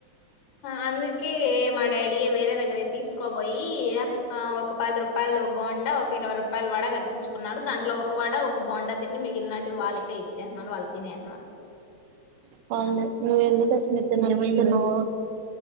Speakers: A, on the left; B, on the right.
A: అందు అకే మా డాడి వేరే దగ్గర తీసుకోబోయి ఆ ఒక పది రూపాయలు బాండా ఒక ఇరవై రూపాయలు వడ కట్టించుకున్నారు దాంట్లో ఒక వడ ఒక బోండా తిని మిగిలినటి వాళ్ళకే ఇచ్చేస్తున్నారు వాళ్ళు తినేస్తున్నారు
B: వాళ్ళ నువ్వు ఎందుకు వచ్చిన నువ్వు